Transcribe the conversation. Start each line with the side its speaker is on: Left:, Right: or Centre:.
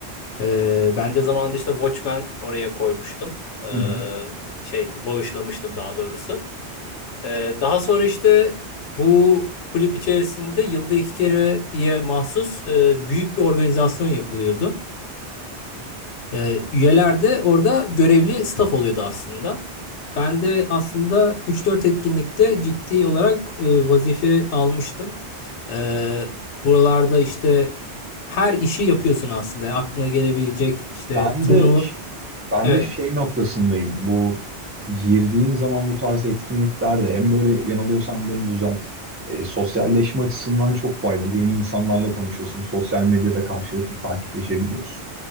Left: E, ben de zamanında işte Watchmen oraya koymuştum. E,
Right: <laughs>
Left: şey bağışlamıştım daha doğrusu. E, daha sonra işte bu kulüp içerisinde yılda iki kereye mahsus e, büyük bir organizasyon yapılıyordu. E, üyeler de orada görevli staff oluyordu aslında. Ben de aslında üç dört etkinlikte ciddi olarak e, vazife almıştım. Ee, buralarda işte her işi yapıyorsun aslında. Yani aklına gelebilecek işte
Right: Ben
Left: turnuva.
Right: de ş- ben
Left: Evet.
Right: de şey noktasındayım. Bu girdiğin zaman bu tarz etkinliklerde hem böyle yanılıyorsan beni düzelt. E, sosyalleşme açısından çok faydalı. Yeni insanlarla tanışıyorsun. Sosyal medyada karşılıklı takipleşebiliyorsun.